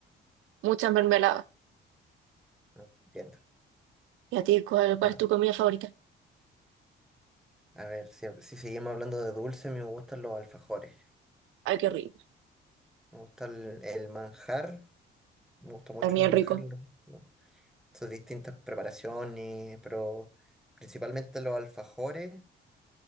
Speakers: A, on the right (about 80°); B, in the centre.
A: muchas mermeladas.
B: Ah, Entiendo.
A: ¿Y a ti cuál, cuál
B: Ah,
A: es tu comida favorita?
B: a ver, si, si seguimos hablando de dulce, a mí me gustan los alfajores.
A: Ay, qué rico,
B: Me gusta el, el manjar. Me gusta mucho
A: también
B: el manjar.
A: rico.
B: lo- lo- Sus distintas preparaciones, pero principalmente los alfajores.